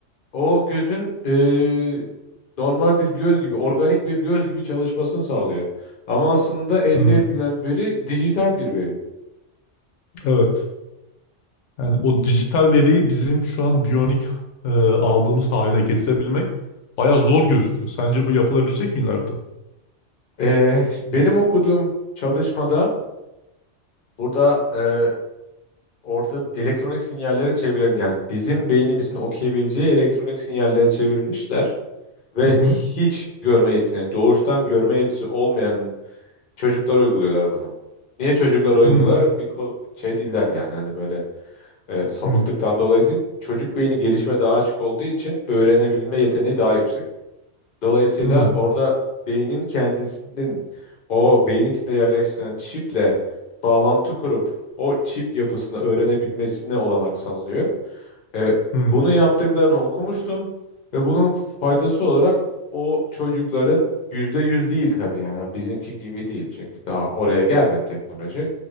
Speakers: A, on the left; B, on the left.
A: o gözün e, normal bir göz gibi, organik bir göz gibi çalışmasını sağlıyor. Ama aslında elde
B: Hı.
A: edilen veri dijital bir veri.
B: Evet. Yani o dijital veriyi bizim şu an biyonik e, aldığımız hale getirebilmek baya zor gözüküyor. Sence bu yapılabilecek mi ileride?
A: E, şimdi benim okuduğum çalışmada Burada e, orada elektronik sinyalleri çevirelim. Yani bizim beynimizin okuyabileceği elektronik sinyalleri çevirmişler ve
B: Hı hı.
A: hiç görme yetisine, doğuştan görme yetisi olmayan çocuklara uyguluyorlar bunu. Niye çocuklara uygular?
B: Hı
A: Because şey değiller yani hani böyle e, sapıklıktan
B: hı.
A: dolayı değil. Çocuk beyni gelişime daha açık olduğu için öğrenebilme yeteneği daha yüksek. Dolayısıyla
B: Hı
A: orada beynin kendisinin o beyin içinde yerleştirilen çiple bağlantı kurup o çip yapısını öğrenebilmesine olanak sağlanıyor. E,
B: hı.
A: bunu yaptıklarını okumuştum ve bunun faydası olarak o çocukların %100 değil tabii yani bizimki gibi değil. Çünkü daha oraya gelmedi teknoloji.